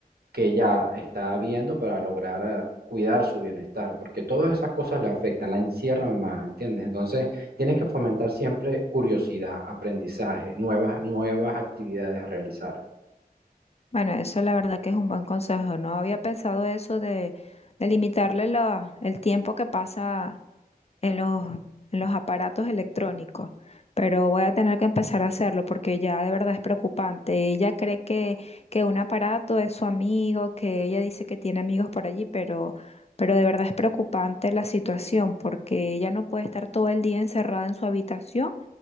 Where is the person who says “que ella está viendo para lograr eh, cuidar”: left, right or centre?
Right